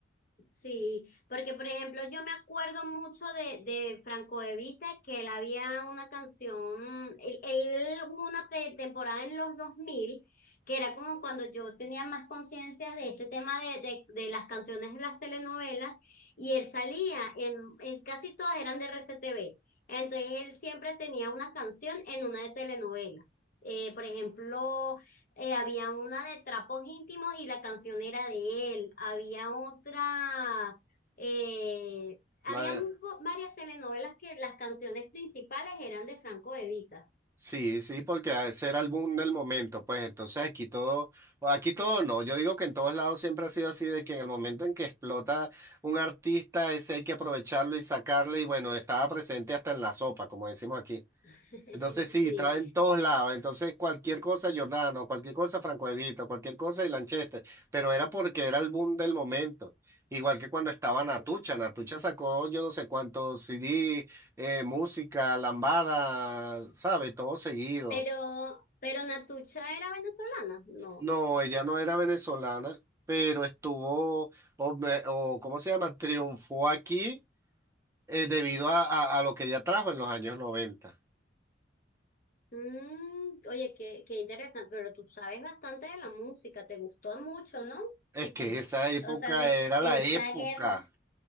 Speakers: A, on the left; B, on the right.
A: Sí, porque por ejemplo yo me acuerdo mucho de, de Franco de Vita que él había una canción, él, él hubo una pe- temporada en los 2000 que era como cuando yo tenía más conciencia de este tema de, de, de las canciones de las telenovelas, y él salía, en, en casi todas eran de RCTV, entonces él siempre tenía una canción en una de telenovela. Eh, por ejemplo, Eh, había una de Trapos Íntimos y la canción era de él. Había otra, eh, había
B: La de-
A: mu- varias telenovelas que las canciones principales eran de Franco Evita.
B: sí, sí, porque ese era el boom del momento, pues entonces aquí todo, o aquí todo no, yo digo que en todos lados siempre ha sido así, de que en el momento en que explota un artista, ese hay que aprovecharlo y sacarle, y bueno, estaba presente hasta en la sopa, como decimos aquí.
A: <laughs>
B: Entonces sí,
A: Sí,
B: estaba en todos lados. Entonces cualquier cosa Giordano, cualquier cosa Franco Evita, cualquier cosa y Lanchester. Pero era porque era el boom del momento. Igual que cuando estaba Natucha. Natucha sacó yo no sé cuántos CD, eh, música, lambada, ¿sabe? Todo seguido.
A: pero, pero Natucha era venezolana, no.
B: No, ella no era venezolana, pero estuvo, o, me- o, ¿cómo se llama? Triunfó aquí eh, debido a, a a lo que ella trajo en los años 90.
A: Mm, oye, qué, qué interesante, pero tú sabes bastante de la música, te gustó mucho, ¿no?
B: Es
A: <laughs>
B: que esa época
A: O sea, de,
B: era
A: de
B: la
A: esa
B: época.
A: guerra